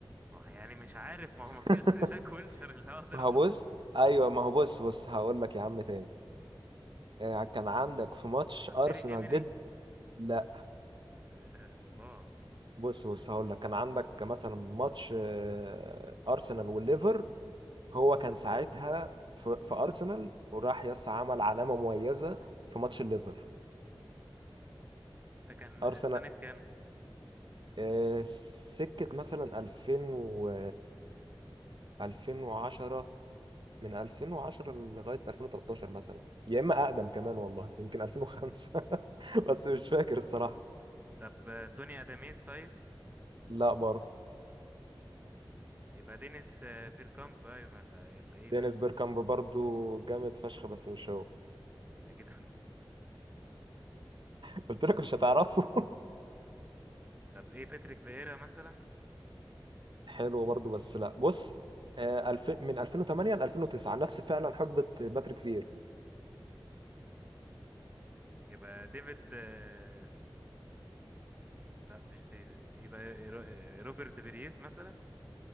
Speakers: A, on the right; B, on the right.
A: ما هو يعني مش عارف ما هو ما فيش
B: <laughs>
A: غير جاك ويلشر اللي اقدر
B: ما هو
A: احطه
B: بص
A: في ال-
B: ايوه ما هو بص بص هقول لك يا عم تاني آه، كان عندك في ماتش
A: طب
B: ارسنال
A: تيري هنري
B: ضد لا
A: لا اله الا الله
B: بص بص هقول لك كان عندك مثلا ماتش آه، ارسنال والليفر هو كان ساعتها في, في ارسنال وراح يس عمل علامه مميزه في ماتش الليفر
A: ده كان آه،
B: ارسنال
A: سنة كام
B: آه، سكه مثلا 2000 و 2010 من 2010 لغايه 2013 مثلا يا اما اقدم كمان والله يمكن 2005 <laughs> بس مش فاكر الصراحه
A: طب آه، توني اداميز طيب
B: لا برضه
A: يبقى دينيس آه، بيركامب بقى ولا ولا ايه
B: دينيس
A: بقى
B: بيركامب برضه جامد فشخ بس مش هو
A: اكيد <laughs>
B: <laughs> قلت لك مش هتعرفه
A: طب ايه باتريك فييرا مثلا
B: <laughs> حلو برضه بس لا بص آه، 2000 من 2008 ل 2009 نفس فعلا حقبه باتريك فيرا
A: يبقى ديفيد آه، لا مش ديفيد يبقى رو- آه، روبرت بيريز مثلا